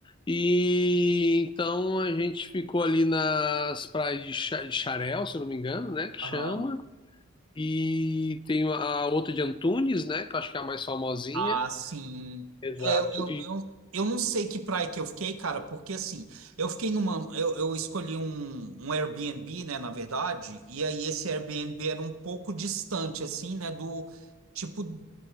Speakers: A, on the left; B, on the right.
A: E então a gente ficou ali nas praias de Cha- de Xarel, se eu não me engano, né? Que chama.
B: Aham.
A: E tem a outra de Antunes, né? Que eu acho que é a mais famosinha.
B: Ah, sim.
A: Exato.
B: É, eu, eu,
A: E
B: eu, eu não sei que praia que eu fiquei, cara, porque assim, eu fiquei numa, eu, eu escolhi um, um Airbnb, né, na verdade, e aí esse Airbnb era um pouco distante, assim, né, do tipo